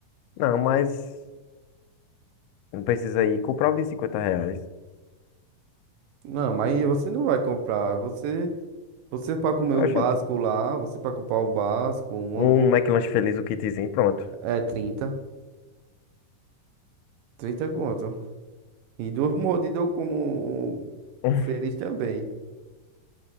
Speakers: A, on the left; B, on the right.
A: Não, mas não precisa ir comprar um de cinquenta reais.
B: Não, mas você não vai comprar, você... Você pra comer o
A: Oxente.
B: básico lá, você pra comprar o básico, um
A: Um
B: hambúrguer
A: McLanche feliz, o kitzinho, pronto.
B: é trinta, 30 conto. E duas mordidas eu como
A: <laughs>
B: o feliz também.